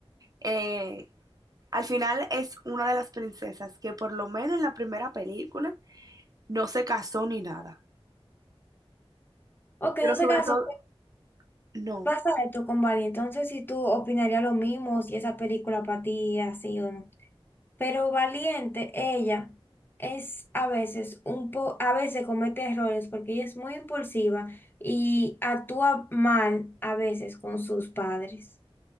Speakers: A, on the right; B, on the left.
A: Eh, al final es una de las princesas que por lo menos en la primera película no se casó ni nada,
B: Ok,
A: pero
B: no se
A: sobre
B: casó.
A: todo, no.
B: Pasa esto con Bali, entonces si tú opinarías lo mismo, si esa película para ti es así o no. Pero Valiente, ella es a veces un po, a veces comete errores porque ella es muy impulsiva y actúa mal a veces con sus padres,